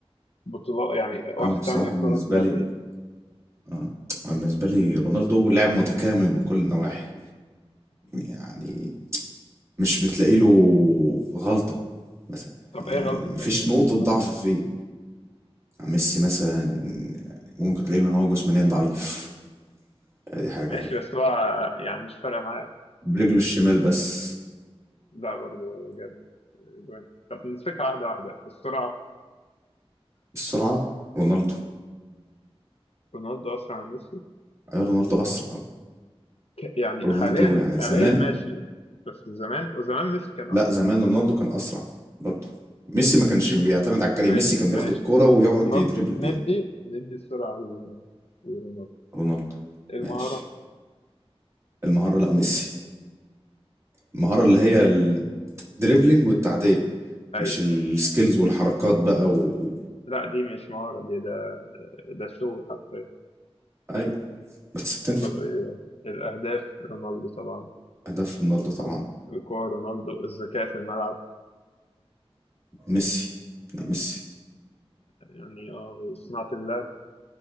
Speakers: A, on the left; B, on the right.
A: وبطولات يعني واخد
B: انا بصراحة
A: تاني الكرة
B: بالنسبة
A: الذهبية
B: لي اه انا بالنسبة لي رونالدو لاعب متكامل من كل النواحي يعني مش بتلاقي له غلطة مثلا
A: طب
B: يعني
A: إيه غلطة
B: مفيش
A: ميسي من
B: نقطة
A: وجهة
B: ضعف
A: نظرك؟
B: فيه يعني ميسي مثلا يعني ممكن تلاقي له ان هو جسمانيا ضعيف دي حاجة
A: ماشي
B: اهي
A: بس هو يعني مش فارقة معاه
B: برجله الشمال بس
A: لا برضه جاب جوان طب نمسكها واحدة واحدة السرعة
B: السرعة رونالدو
A: رونالدو أسرع من ميسي
B: ايوه رونالدو اسرع
A: ك- يعني
B: رونالدو
A: حاليا
B: يعني
A: حاليا
B: زمان
A: ماشي بس زمان وزمان ميسي كان
B: لا
A: أسرع
B: زمان رونالدو كان اسرع برضه ميسي ما كانش بيعتمد على الجري
A: ماشي
B: ميسي كان بياخد
A: ماشي
B: الكرة ويقعد
A: نض-
B: يدربل بيها
A: ندي ندي السرعة ل- لرونالدو
B: رونالدو
A: المهارة
B: ماشي المهارة لا ميسي المهارة اللي هي الدريبلينج والتعدية
A: أيوة
B: مش السكيلز والحركات بقى و... و-
A: لا دي مش مهارة دي ده ده شو حرفيا
B: ايوه بس بتنفع
A: طب إيه؟ الأهداف رونالدو طبعا
B: اهداف رونالدو
A: الكورة
B: طبعا
A: الكورة رونالدو الذكاء في الملعب
B: ميسي لا ميسي
A: يعني اه وصناعة اللعب